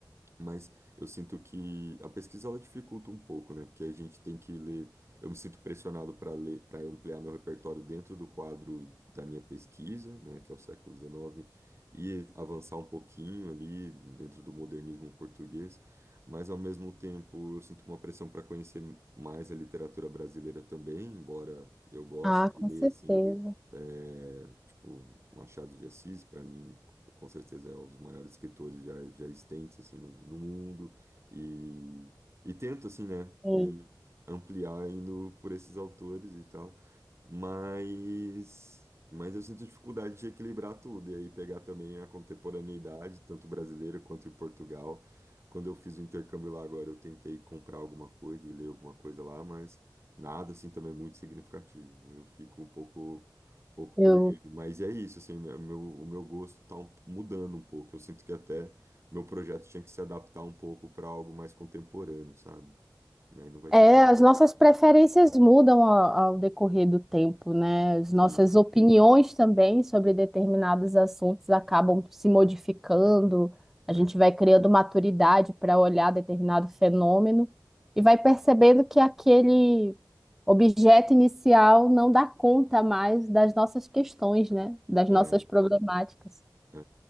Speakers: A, on the right (about 35°); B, in the centre.
A: mas eu sinto que a pesquisa ela dificulta um pouco, né? Porque a gente tem que ler. Eu me sinto pressionado para ler, para ampliar meu repertório dentro do quadro da minha pesquisa, né? Que é o século XIX, e avançar um pouquinho ali dentro do modernismo português. Mas ao mesmo tempo eu sinto uma pressão para conhecer mais a literatura brasileira também, embora eu goste
B: Ah, com
A: de ler
B: certeza.
A: assim, é, tipo Machado de Assis, para mim com certeza é um dos maiores escritores já, já existentes assim no, no mundo e, e tento assim né
B: Sim.
A: me ampliar indo por esses autores e tal mas mas eu sinto dificuldade de equilibrar tudo e aí pegar também a contemporaneidade tanto brasileira quanto em Portugal quando eu fiz o intercâmbio lá agora eu tentei comprar alguma coisa e ler alguma coisa lá mas nada assim também é muito significativo eu fico um pouco pouco
B: Eu
A: perdido. Mas é isso, assim, o meu, o meu gosto tá um- mudando um pouco. Eu sinto que até meu projeto tinha que se adaptar um pouco para algo mais contemporâneo, sabe? Mas não vai
B: É,
A: ser tão.
B: as nossas preferências mudam a- ao decorrer do tempo, né? As
A: Sim,
B: nossas opiniões também sobre determinados assuntos acabam se modificando. A
A: é,
B: gente vai criando maturidade para olhar determinado fenômeno e vai percebendo que aquele objeto inicial não dá conta mais das nossas questões, né? Das
A: é,
B: nossas problemáticas.
A: é.